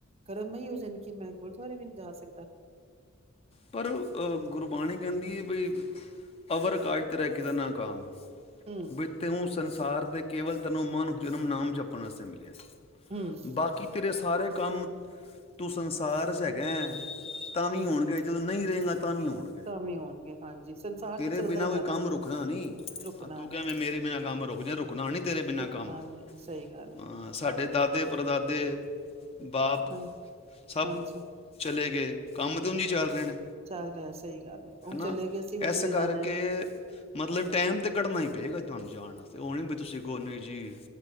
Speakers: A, on the right (about 30°); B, on the left (about 25°).
A: ਕਰਮ <unintelligible> ਕਿ ਮੈਂ ਗੁਰਦੁਆਰੇ ਵੀ ਨੀ ਜਾ ਸਕਦਾ
B: ਪਰ ਅਹ ਗੁਰਬਾਣੀ ਕਹਿੰਦੀ ਕੀ ਬਈ ਅਵਰ ਕਾਜ ਤੇਰੇ ਕਿ ਦਾ ਨਾਕਾਮ
A: ਹੂੰ,
B: ਬਝਤੇ ਹ ਸੰਸ ਸਾਰ ਕੇਵਲ ਤਨੋ ਮਨ ਜਨਮ ਨਾਮ ਜਪਣ ਵਾਸਤੇ ਮਿਲਿਆ ਸੀ।
A: ਹੂੰ,
B: ਬਾਕੀ ਤੇਰੇ ਸਾਰੇ ਕੰਮ ਤੁਸੀਂ ਸੰਸਾਰ ਚ ਹੈਗਾਂ। ਤਾਂ ਵੀ
A: ਹੂੰ
B: ਹੋਣਗੇ ਜਦੋਂ ਨਹੀਂ ਰਹੇਗਾ ਤਾਂ ਵੀ ਹੋਣਗੇ।
A: ਤਾਂ ਵੀ ਹੋਣਗੇ ਹਾਂਜੀ ਸੰਸਾਰ
B: ਤੇਰੇ
A: ਤੇ ਚੱਲਦਾ
B: ਬਿਨਾਂ
A: ਹੀ ਰਹਿਣਾ
B: ਕੋਈ ਕੰਮ ਰੁਕਣਾ ਨੀਂ,
A: ਰੁਕਣਾ
B: ਆ ਤੂੰ
A: ਨੀ
B: ਕਿਵੇਂ
A: ਹੈ
B: ਮੇਰੇ ਬਿਨਾਂ ਕੰਮ ਰੁਕ ਜੇ ਰੁਕਣਾ ਨੀਂ ਤੇਰੇ ਬਿਨਾਂ
A: ਰੁਕਣਾ
B: ਕੰਮ
A: ਨੀ ਸਹੀ ਗੱਲ
B: ਅਹ
A: ਹੈ
B: ਸਾਡੇ ਦਾਦੇ ਪੜਦਾਦੇ ਬਾਪ
A: ਹਾਂ
B: ਸਭ
A: ਹਾਂਜੀ
B: ਚਲੇ ਗਏ ਕੰਮ ਤੇ ਊਂਝ ਈ ਚੱਲ ਰਿ ਣੇ
A: ਚੱਲ ਰਿਹਾ ਸਹੀ ਗੱਲ ਹੈ
B: ਹਨਾਂ?
A: ਉਹ ਚਲੇ ਗਏ ਅਸੀਂ ਵੀ
B: ਇਸ
A: ਚਲੇ
B: ਕਰਕੇ
A: ਜਾਣਾ
B: ਮਤਲਬ ਟੈਮ ਤੇ ਘੱਢਨਾ ਹੀ ਪਏਗਾ ਤੁਹਾਨੂੰ ਜਾਣ ਅਤੇ ਉਹਨ ਵੀ ਤੁਸੀਂ ਇੱਕ ਕੋ ਨਹੀਂ ਜੀ